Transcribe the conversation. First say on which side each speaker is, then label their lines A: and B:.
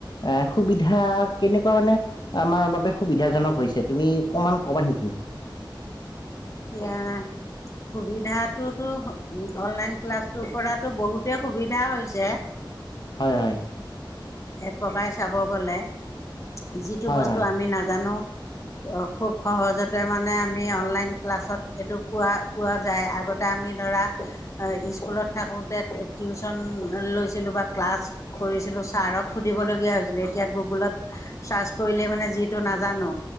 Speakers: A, on the left (about 60°); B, on the left (about 40°).
A: এ সুবিধা কেনেক কুৱা মানে আমাৰ বাবে সুবিধাজনক হৈছে তুমি অকমান ক'বা নেকি।
B: এয়া সুবিধটোতো অনলাইন ক্লাছটোৰ পৰাতো বহুতে সুবিধা হৈছে।
A: হয়, হয়।
B: পকাই চাব গ'লে যিটো
A: হয়
B: বস্তু
A: হয়
B: আমি নাজানো খুব সহজতে মানে আমি অনলাইন ক্লাছত এইটো পোৱা, পোৱা যায়, আগতে আমি ধৰা স্কুলত থাকোঁতে টিউচন লৈছিলোঁ বা ক্লাছ কৰিছিলোঁ ছাৰক সুধিবলগীয়া হৈছিল এতিয়া গুগলত চাৰ্চ কৰিলেই মানে যিটো নাজানো